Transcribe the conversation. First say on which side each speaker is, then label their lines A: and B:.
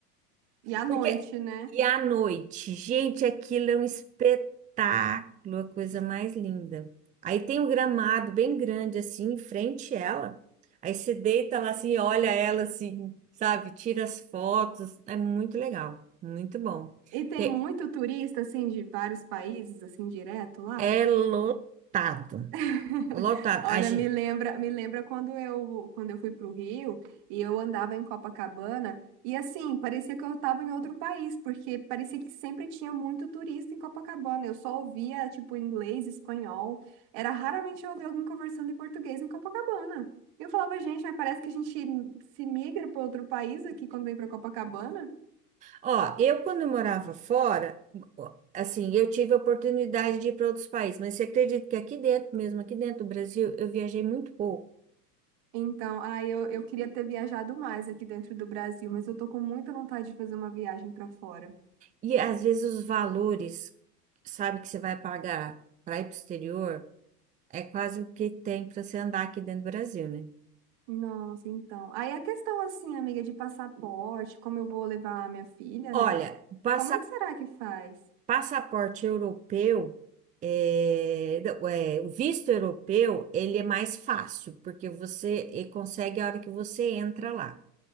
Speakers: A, on the right; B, on the right.
A: E à noite,
B: Porque
A: né?
B: e à noite, gente, aquilo é um espetáculo, a coisa mais linda. Aí tem um gramado bem grande assim em frente a ela. Aí você deita lá assim, olha ela assim, sabe? Tira as fotos, é muito legal, muito bom.
A: E tem
B: Tem-
A: muito turista, assim, de vários países, assim, direto lá.
B: É lotado,
A: <laughs>
B: lotado.
A: Olha,
B: A gente
A: me lembra, me lembra quando eu, quando eu fui para o Rio e eu andava em Copacabana e assim, parecia que eu estava em outro país, porque parecia que sempre tinha muito turista em Copacabana. Eu só ouvia tipo inglês, espanhol. Era raramente eu ouvia alguém conversando em português em Copacabana. E Eu falava, gente, mas parece que a gente se migra para outro país aqui quando vem para Copacabana.
B: Ó, eu quando eu morava fora, ó, assim, eu tive a oportunidade de ir para outros países, mas você acredita que aqui dentro, mesmo aqui dentro do Brasil, eu viajei muito pouco.
A: Então, ah, eu, eu queria ter viajado mais aqui dentro do Brasil, mas eu tô com muita vontade de fazer uma viagem para fora.
B: E às vezes os valores, sabe, que você vai pagar para ir para o exterior, é quase o que tem para você andar aqui dentro do Brasil, né?
A: Nossa, então. Aí a questão assim, amiga, de passaporte, como eu vou levar a minha filha,
B: Olha,
A: né?
B: passa-
A: Como é que será que faz?
B: passaporte europeu, é, não, é, o visto europeu, ele é mais fácil, porque você e consegue a hora que você entra lá.